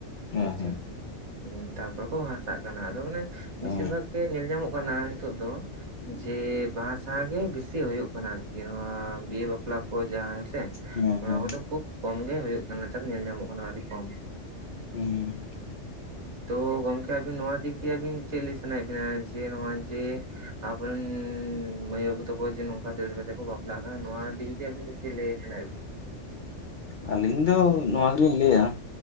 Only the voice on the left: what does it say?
ᱦᱮᱸ
ᱦᱮᱸ
ᱚ
ᱦᱮᱸ
ᱦᱮᱸ
<unintelligible>
ᱟᱞᱤᱧ ᱫᱚ ᱱᱚᱣᱟ ᱜᱮᱞᱤᱧ ᱞᱟᱹᱭᱟ,